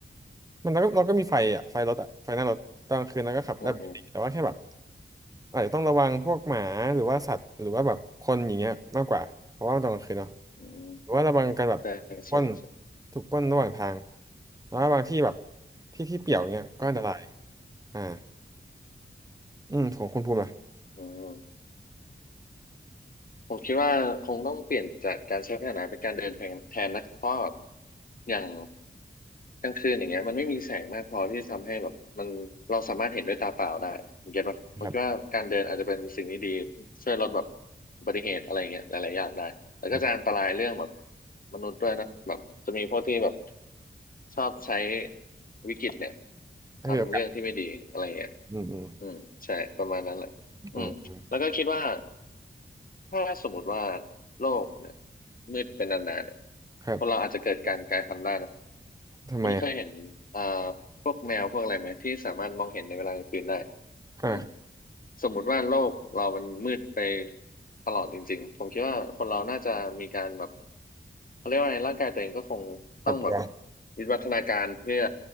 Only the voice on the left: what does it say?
อืมอืม
อืม
ใช่ใช่ใช่
อืมอฮึ
อืมผมคิดว่าคงต้องเปลี่ยนจากการใช้พาหนะเป็นการเดินทางแทนนะเพราะแบบอย่าง กลางคืนอย่างเงี้ยมันไม่มีแสงมากพอที่ทำให้แบบมันเราสามารถเห็นด้วยตาเปล่าได้ผมคิดว่าผมคิดว่าการเดินอาจจะเป็นสิ่งที่ดี
ช่วยลดแบบอุบัติเหตุอะไรเงี้ยหลายๆอย่างได้แต่ก็จะอันตรายเรื่องแบบ
มนุษย์ด้วยนะแบบจะมีพวกที่แบบชอบใช้วิกฤตเนี่ย
ทำเรื่องที่ไม่ดีอะไรเงี้ย
อืมใช่ประมาณนั้นแหละอืมแล้วก็คิดว่า
ถ้าสมมติว่าโลกเนี่ยมืดเป็นนานๆเนี่ย
คนเราอาจจะเกิดการกลายพันธุ์ได้นะ
คุณเคยเห็นเอ่อพวกแมวพวกอะไรไหมที่สามารถมองเห็นในเวลากลางคืนได้
อืมสมมุติว่าโลกเรามันมืดไปตลอดจริงๆผมคิดว่าคนเราน่าจะมีการแบบเขาเรียกว่าไงร่างกายตัวเองก็คงต้องแบบ
วิวัฒนาการเพื่อ